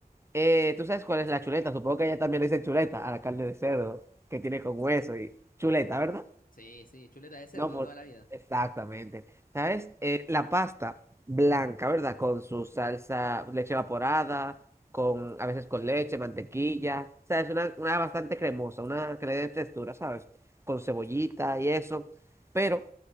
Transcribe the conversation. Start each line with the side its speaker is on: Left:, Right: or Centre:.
Right: Eh, ¿tú sabes cuál es la chuleta? Supongo que ella también le dice chuleta a la carne de cerdo que tiene con hueso y chuleta, ¿verdad?
Left: Sí, sí, chuleta de cerdo
Right: No, por...
Left: de toda la vida.
Right: Exactamente. ¿Sabes? Eh, la pasta blanca, ¿verdad? Con su salsa, leche evaporada, con, a veces con leche, mantequilla. O sea, es una, una bastante cremosa, una que le dé textura, ¿sabes? Con cebollita y eso. Pero,